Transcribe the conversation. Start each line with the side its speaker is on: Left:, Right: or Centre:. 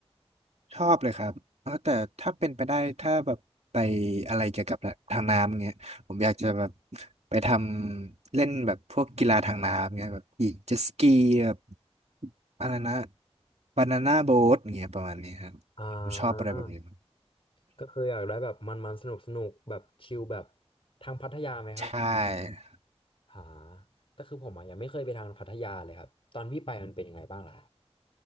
Right: ชอบเลยครับเออแต่ถ้าเป็นไปได้ถ้าแบบไปอะไรเกี่ยวกับทางน้ำเงี้ยผมอยากจะแบบไปทำเล่นแบบพวกกีฬาทางน้ำเงี้ยแบบขี่เจ็ตสกีแบบอะไรนะบานาน่าโบ๊ทเงี้ยประมาณนี้ครับ
Left: อ่
Right: ผมชอบอะไรแบบนี้มาก
Left: าก็คืออยากได้แบบมันๆสนุกๆแบบชิลแบบทางพัทยาไหมครับ
Right: ใช่
Left: หาแต่คือผมอ่ะยังไม่เคยไปทางพัทยาเลยครับตอนพี่ไปมันเป็นยังไงบ้างล่ะ